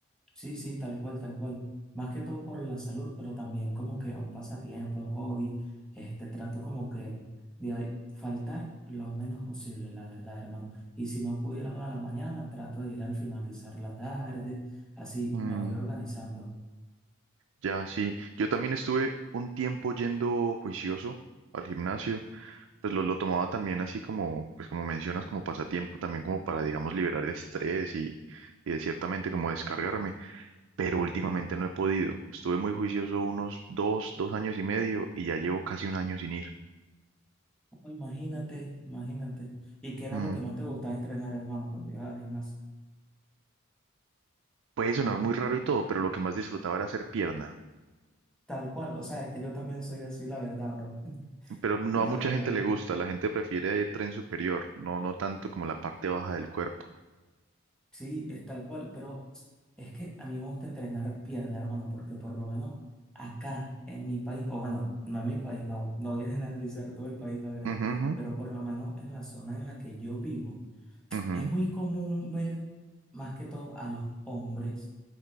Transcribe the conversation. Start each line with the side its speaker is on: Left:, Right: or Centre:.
Centre: sí, sí, tal cual, tal cual. Más que todo por la salud, pero también como que un pasatiempo, un hobby. Este, trato como que de faltar lo menos posible, la verdad, hermano. Y si no pudiera a la mañana, trato de ir al finalizar la tarde, así
Right: Mm,
Centre: me voy organizando.
Right: ya, sí. Yo también estuve un tiempo yendo juicioso al gimnasio. Pues lo, lo tomaba también así como, pues como mencionas, como pasatiempo, también como para, digamos, liberar el estrés y, y de ciertamente como descargarme. Pero últimamente no he podido. Estuve muy juicioso unos dos, dos años y medio y ya llevo casi un año sin ir.
Centre: Oh, Imagínate, imagínate. ¿Y qué era
Right: Mm.
Centre: lo que más te gustaba entrenar, hermano, cuando ibas al gimnasio?
Right: Puede sonar muy raro y todo, pero lo que más disfrutaba era hacer pierna.
Centre: Tal cual, o sea, es que yo también soy así, la verdad, bro. <laughs>
Right: Pero no
Centre: De
Right: a
Centre: la
Right: mucha
Centre: verdad.
Right: gente le gusta, la gente prefiere tren superior, no, no tanto como la parte baja del cuerpo.
Centre: Sí, es tal cual, pero es que a mí me gusta entrenar pierna, hermano, porque por lo menos acá, en mi país, o bueno, no en mi país, no, no voy a generalizar todo el país, la verdad,
Right: Ujú, ujú,
Centre: pero por lo menos en la zona en la que yo vivo,
Right: ujú,
Centre: es muy común ver más que todo a los hombres